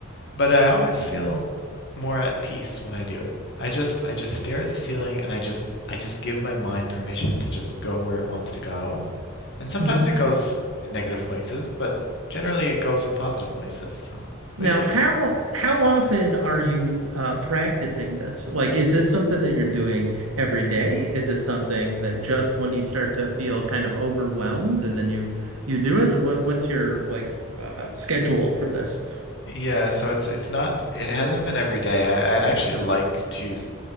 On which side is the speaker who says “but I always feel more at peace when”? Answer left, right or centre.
Left